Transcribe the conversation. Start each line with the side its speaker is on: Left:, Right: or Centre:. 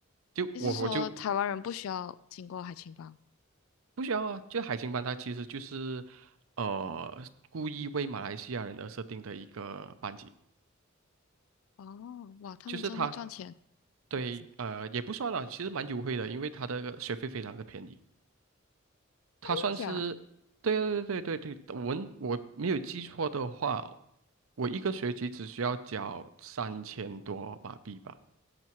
Right: 就我我就
Left: 意思说台湾人不需要经过海青帮
Right: 不需要啊，就海星班它其实就是呃故意为马来西亚人而设定的一个班级，
Left: 哦，哇，他们真会赚钱，
Right: 就是它对呃也不算啦，
Left: <laughs> 真
Right: 其实蛮优惠的，因为它的个学费非常的便宜，它算是对对对对对，
Left: 的假？
Right: 我们我没有记错的话，我一个学期只需要交三千多马币吧。